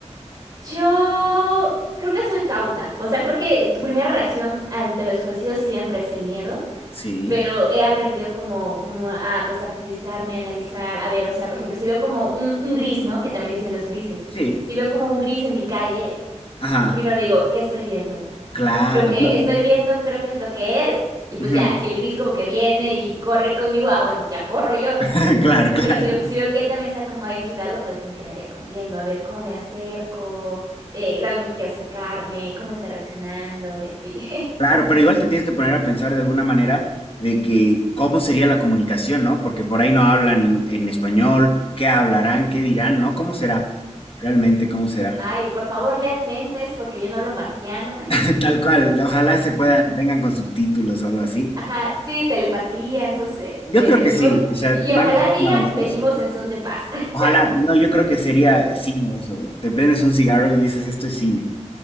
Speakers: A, on the right (about 30°); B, on the left (about 50°).
A: Yo creo que soy cauta. O sea, creo que es tu primera reacción ante lo desconocido siempre es el miedo.
B: Sí,
A: pero he aprendido como, como a pues a tranquilizarme, a analizar, a ver, o sea, por ejemplo, si veo como un, un gris, ¿no? Que también le dicen los grises.
B: sí.
A: Si veo como un gris en mi calle,
B: Ajá,
A: primero digo, ¿qué estoy viendo?
B: claro.
A: Lo que
B: no,
A: estoy viendo creo que es lo que es, y pues
B: ujú.
A: ya, si el gris como que viene y corre conmigo, ah, bueno, pues ya corro yo, ¿no?
B: <laughs> Claro,
A: Pero,
B: claro,
A: pero si, si veo que él también está como ahí en su lado, pues me quedaría como viendo, a ver cómo me acerco, eh, y realmente quiero acercarme, cómo está reaccionando y así.
B: claro, pero igual te tienes que poner a pensar de alguna manera de que cómo sería la comunicación, ¿no? Porque por ahí no hablan en, en español, qué hablarán, qué dirán, ¿no? ¿Cómo será? Realmente, ¿cómo
A: <laughs>
B: será?
A: Ay, por favor, lean mentes porque yo no hablo marciano.
B: <laughs> Tal cual, ojalá se puedan, vengan con subtítulos o algo así.
A: Ajá, sí, telepatía, no sé,
B: Yo
A: de
B: creo
A: venimos,
B: que sí,
A: y,
B: o sea, van
A: y ojalá
B: a ser
A: digan,
B: tan avanzados.
A: venimos en son de paz. <laughs>
B: Ojalá, no, yo creo que sería cine eso. Te prendes un cigarro y dices, esto es cine.